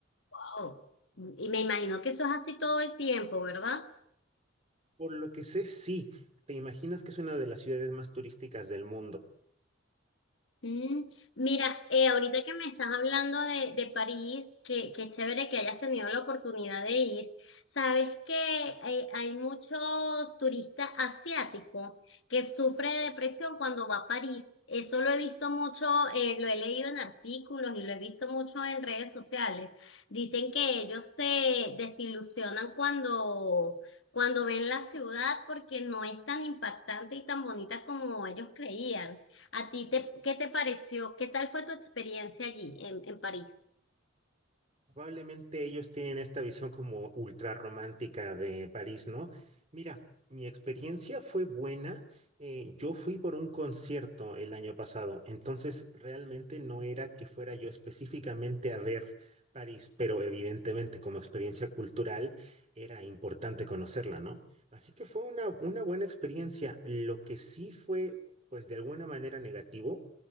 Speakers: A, on the left; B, on the right.
A: Wow. Y me imagino que eso es así todo el tiempo, ¿verdad?
B: Por lo que sé, sí, te imaginas que es una de las ciudades más turísticas del mundo.
A: Mm, Mira, eh, ahorita que me estás hablando de, de París, qué, qué chévere que hayas tenido la oportunidad de ir. Sabes que hay, hay muchos turistas asiáticos que sufren de depresión cuando va a París. Eso lo he visto mucho, eh, lo he leído en artículos y lo he visto mucho en redes sociales. Dicen que ellos se desilusionan cuando, cuando ven la ciudad porque no es tan impactante y tan bonita como ellos creían. ¿A ti te, qué te pareció? ¿Qué tal fue tu experiencia allí en, en París?
B: Probablemente ellos tienen esta visión como ultra romántica de París, ¿no? Mira, mi experiencia fue buena. eh, yo fui por un concierto el año pasado, entonces realmente no era que fuera yo específicamente a ver París, pero evidentemente como experiencia cultural era importante conocerla, ¿no? Así que fue una, una buena experiencia. Lo que sí fue, pues de alguna manera negativo